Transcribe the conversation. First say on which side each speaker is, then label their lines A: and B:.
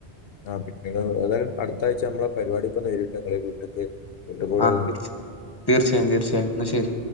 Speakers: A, on the left; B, on the left.
A: ആ പിന്നീ തായാലും അടുത്താഴ്ച നമ്മളെ പരിപാടിക്കൊന്നന്ന് വരുംട്ട് ങ്ങെ വീട്ടക്ക് വിട്ട കൂടേ
B: ആ തീർച്ച തീർച്ചയായും തീർച്ചയായും എന്നാ ശരി